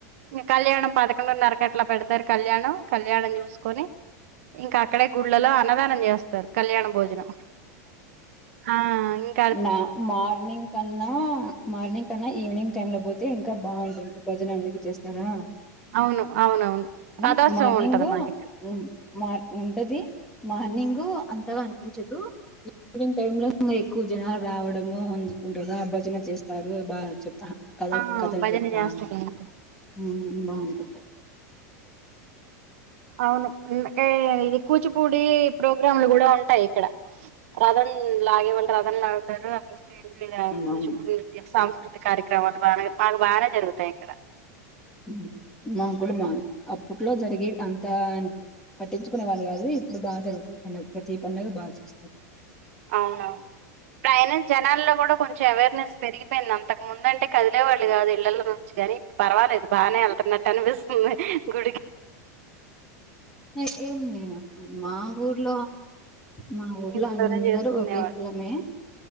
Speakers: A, on the right; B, in the centre.
A: ఇంక కళ్యాణం పదకొండున్నరకు అట్లా పెడతారు. కళ్యాణం కళ్యాణం చూసుకొని ఇంకా అక్కడే గుళ్లలో అన్నదానం చేస్తారు. కళ్యాణ భోజనం ఆ ఇమ్
B: మా మార్నింగ్ కన్నా మార్నింగ్ కన్నా ఈవినింగ్ టైమ్ లో పోతే ఇంకా బాగుంటుంది భజన ఎందుకు చేస్తారా
A: అవును అవునవును
B: ఉమ్
A: రథోత్సవం
B: మార్నింగు
A: ఉంటది మాకు ఇక్కడ
B: ఉ మార్ ఉంటది మార్నింగ్ గు అంతగా అనిపించదు ఈనింగ్ టైం లో ఇంగ క్కు జనాలు రావడము అందుకుంటద భజన చేస్తారు బా చెప్తా కథ
A: ఆ
B: కథలు
A: భజన
B: చెప్తా
A: చేస్తారు ఇంకా
B: ఊ మావోణికద్దు
A: అవును ఇంకా ఇది కూచిపూడి ప్రోగ్రాంలు కూడా ఉంటాయి ఇక్కడ రథన్ లాగే వాల్లు రథన్ లాగుతారు. అక్కడ స్టేజ్ మీద కూచిపూడి
B: అవును
A: నృత్యం సాంస్కృతిక కార్య క్రమాలు బానే మాకు బానే జరుగుతాయి ఇక్కడ
B: ఉమ్ మాకు కూడా బానే అప్పట్లో జరిగే అంత పట్టించుకునే వాళ్ళు కాదు. ఇప్పుడు బాగా జరుగుతాయి. పండగ ప్రతి పండగ బాగా చేస్తం.
A: అవునా డైనా జనాల్లో కూడా కొంచెం అవేర్నెస్ పెరిగి అయిపోయింది అంతకముందంటే కదిలేవాళ్ళు కాదు ఇళ్ల ల్లో నుంచి కాని ఇప్పుడు పర్వాలేదు బాగానే వెళ్తున్నట్టు అనిపిస్తుంది గుడికి
B: ఎ ఏం లేదు మా ఊర్లో మా ఊర్లో
A: ఇంట్లోనే
B: అందరూ
A: చేసుకునేవాడు
B: ఒకే కులమే